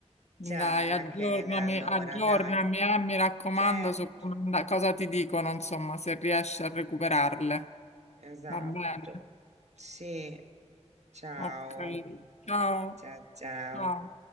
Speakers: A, on the left (about 70°); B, on the right (about 70°).
A: Dai,
B: Ciao Rachele,
A: aggiornami,
B: allora,
A: aggiornami,
B: dai.
A: eh, mi raccomando
B: Certo,
A: su come and- cosa ti dicono, insomma, se riesci a recuperarle.
B: esatto.
A: Va bene?
B: Sì. Ciao.
A: Ok. Ciao.
B: Ciao, ciao.
A: Ciao.